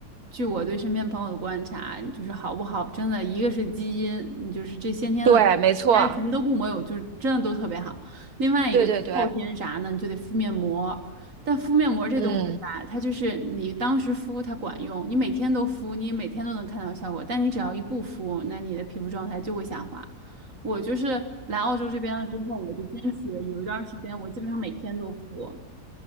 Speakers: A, on the right (about 55°); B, on the right (about 70°).
A: 据我对身边朋友的观察，就是好不好，真的一个是基因，你就是这先天的，
B: 对，没错，
A: 但是什么都不抹有，就是真的都特别好。另外一个就后天啥呢，
B: 对对对，
A: 你就得敷面膜。但敷面膜这东西吧，
B: 嗯。
A: 它就是你当时敷它管用，你每天都敷，你每天都能看到效果。但你只要一不敷，那你的皮肤状态就会下滑。我就是来澳洲这边了之后，我就坚持有一段时间，我基本上每天都敷，